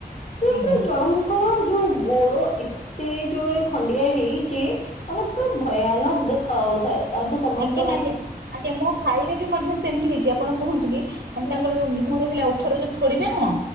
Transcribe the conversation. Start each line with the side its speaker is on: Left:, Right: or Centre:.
Left: ସିଏ
Right: ଆଜ୍ଞା।
Left: ପୁରା ଜଣଙ୍କର ଯୋଉ ଗୋଡ ଏତେ ଜୋରେ ଖଣ୍ଡିଆ ହେଇଛି ମାନେ ପୁରା ଭୟାନକ୍ ଦେଖା ହାଉଥାଏ ତାଙ୍କୁ ସମସ୍ତେ
Right: ଏ ନାକେ ଆଜ୍ଞା ମୋ ଭାଇରେ ବି ମଧ୍ୟ ସେମିତି ହେଇଛି ଆପଣ କୁହନ୍ତୁ କି ମାନେ
Left: ହେଲା
Right: ତାଙ୍କର ଯୋଉ ମୁହଁ ରହିଲା ଉଠର ଯୋ ଥୋଡିଟା କଣ